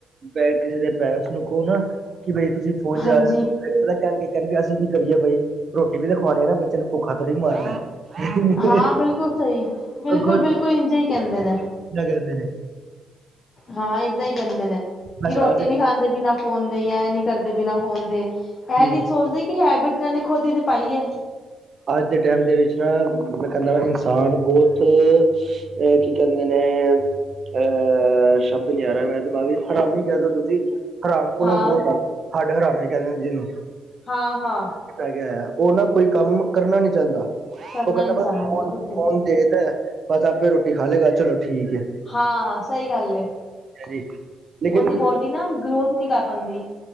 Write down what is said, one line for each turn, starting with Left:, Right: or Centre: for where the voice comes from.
Right: ਬੈਕ ਕਿਸੇ ਦੇ ਪੇਰੈਂਟਸ ਨੂੰ ਕਹੋ ਨਾ। ਕਿ ਬਈ ਤੁਸੀਂ ਫੋਨ
Left: ਹਾਂਜੀ
Right: ਚਲਾ ਰਿਹਾ। ਫੇਰ ਪਤਾ ਕਹਿਣਗੇ-ਕਹਿਣਗੇ ਅਸੀਂ ਕੀ ਕਰੀਏ ਬਾਈ ਰੋਟੀ ਵੀ ਖਵਾਣੀ ਐ। ਨਾ ਬੱਚੇ ਨੂੰ, ਭੁੱਖਾ ਥੋੜੀ ਮਾਰਨਾ। ਹੈ।
Left: ਹਾਂ ਬਿਲਕੁਲ ਸਹੀ, ਬਿਲਕੁਲ-
Right: ਅੱਗੋਂ
Left: ਬਿਲਕੁਲ ਇੰਝੇ ਹੀ ਕਹਿੰਦੇ ਨੇ,
Right: <unintelligible>
Left: ਹਾਂ, ਏਦਾਂ ਹੀ ਕਹਿੰਦੇ ਨੇ,
Right: ਬਸ
Left: ਕਿ ਰੋਟੀ
Right: ਅੱਜ
Left: ਨੀ ਖਾਂਦੇ ਬਿਨਾਂ ਫੋਨ ਦੇ ਜਾਂ ਇਹ ਨੀ ਕਰਦੇ ਬਿਨਾਂ ਫੋਨ ਦੇ। ਇਹ
Right: ਤੇ
Left: ਨਹੀ ਸੋਚਦੇ ਕਿ ਹੈਬਿਟ ਤੇ ਇਹਨਾਂ ਨੇ ਖੁਦ ਹੀ ਤੇ ਪਾਈਏ।
Right: ਅੱਜ ਦੇ ਟਾਈਮ ਦੇ ਵਿੱਚ ਨਾ, ਮੈਂ ਕਹਿੰਦਾ ਇਨਸਾਨ ਬਹੁਤ ਅ ਕੀ ਕਹਿੰਦੇ ਨੇ, ਅਹ ਸ਼ਬਦ ਨੀ ਆ ਰਿਹਾ ਮੇਰੇ ਦਿਮਾਗ ਚ, ਹਰਾਮੀ ਕਹਿ ਦੋ ਤੁਸੀਂ, ਹਰਾਮਪੂਣਾ
Left: ਹਾਂ
Right: ਬਹੁਤ ਆ। ਹੱਡ ਹਰਾਮੀ ਕਹਿੰਦੇ ਨੇ ਜਿਨੂੰ।
Left: ਹਾਂ-ਹਾਂ।
Right: ਪੈ ਗਿਆ ਹੋਇਆ, ਉਹ ਨਾ ਕੋਈ ਕੰਮ ਕਰਨਾ ਨੀ ਚਾਂਦਾ।
Left: ਕਰਨਾ
Right: ਉਹ ਕਹਿੰਦਾ
Left: ਨੀ ਚਾਹੁੰਦਾ
Right: ਬਸ ਫੋਨ,
Left: ਮੈਂ ਕੁਛ ਨਹੀਂ
Right: ਫੋਨ
Left: ਕਰ
Right: ਦੇ ਤਾਂ, ਬਸ ਆਪੇ ਰੋਟੀ ਖਾ ਲਏਗਾ, ਚਲੋ ਠੀਕ ਏ।
Left: ਹਾਂ, ਸਹੀ ਗੱਲ ਏ,
Right: ਜੀ ਲੇਕਿਨ
Left: ਉਹਦੀ ਬੋਡੀ ਨਾ ਗ੍ਰੋਥ ਨਹੀਂ ਕਰ ਪਾਂਦੀ।